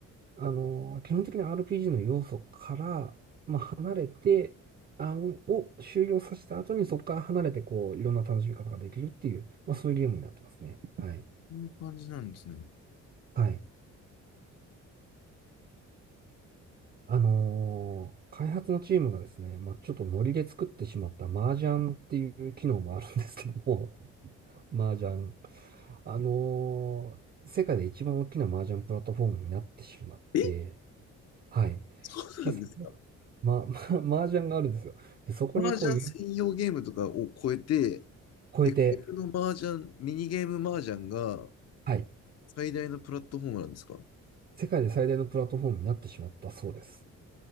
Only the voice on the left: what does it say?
こういう感じなんですね。
え、
そうなんですか
麻雀専用ゲームとかを超えて、
エフエフの麻雀、ミニゲーム麻雀が
最大のプラットフォームなんですか